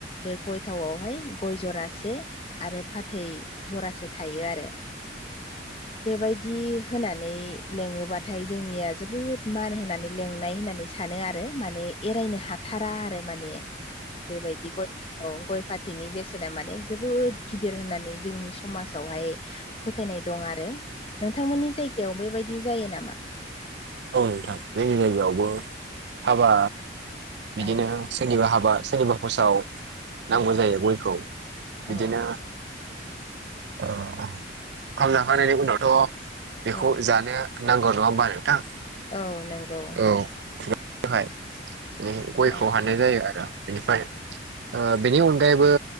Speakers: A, on the left; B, on the right.
A: बे गय थावआवहाय गय जरासे आरो फाथै जरासे थायो आरो बेबायदि होनानै लेङोबाथाय जोंनिया जोबोद मान होनानै लेंनाय होननानै सानो आरो माने एरायनो हाथारा आरो माने बेबायदि गय औ गय फाथैनि बेसे जोंना माने जोबोद गिदिर होननानै जोंनि समाजावहाय फोथायनाय दं आरो नोंथांमोननि जायगायाव बेबायदि जायो नामा
B: औ नोंथां जोंनि जायगायावबो हाबा बिदिनो
A: औ
B: सोरनिबा हाबा सोरनिबा बसाव नांगौ
A: औ
B: जायो गयखौ बिदिनो
A: औ
B: ओंखाम जाखांनायनि उनावथ' बेखौ
A: औ
B: जानो नांगौ नङा होनबा नोंथां।
A: औ नंगौ
B: औहाय गयखौ
A: औ
B: हानाय जायो आरो बेनिफ्राय बेनि
A: औ
B: अनगायैबो